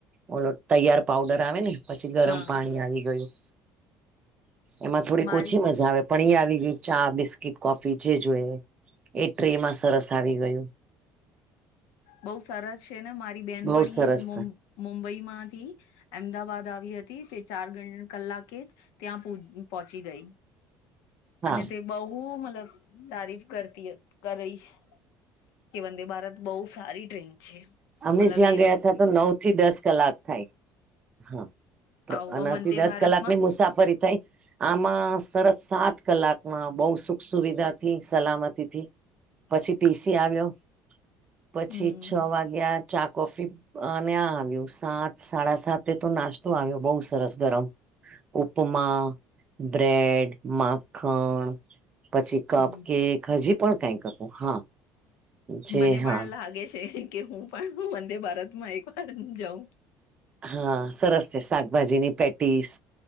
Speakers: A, on the right; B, on the left.
A: ઓલો તૈયાર પઉડર આવે ને, પછી ગરમ
B: હા
A: પાણી આવી ગયું એમાં થોડીક
B: મારી
A: ઓછી મજા આવે. પણી આવી ગયું ચા બિસ્કીટ કોફી જે જોઈ એ ટ્રે માં સરસ આવી ગયું.
B: બઉ સરસ છે ને મારી બેનપની
A: બહુ સરસ
B: મુંબઈ માંથી, અમદાવાદ આવી હતી તે ચારણ કલાકે જ ત્યાં પોહોંચી ગઈ.
A: હા
B: અને તે બહુ મતલબ <inaudible> કરતી કરત કે વંદેભારત બહુ સારી ટ્રેન છે.
A: અમે જ્યાં
B: રેલ
A: ગયા તા તો નવ થી દસ કલાક થાય, હા,
B: આવું
A: નવ
B: અવંતે
A: થી દસ
B: ભારતમાં
A: કલાક ની મુસાફરી થઈ. આમાં સરસ સાત કલાકમાં બહુ સુખ સુવિધા થી સલામતીથી, પછી ટીસી આવ્યો પછી
B: હમ
A: છ વાગ્યા ચા કોફી અને આ આવ્યું સાત સાડા સાતે તો નાસ્તો આવ્યો, બઉ સરસ ગરમ ઉપમા, બ્રેડ, માખણ, પછી
B: હમ
A: કપ કેક, હજી પણ કઈક હતું હા જે
B: મને
A: હા
B: પણ લાગે છે કે હું પણ વંદે ભારતમાં એક વાર જાઉં.
A: હા, સરસ છે શાકભાજીની પેટીસ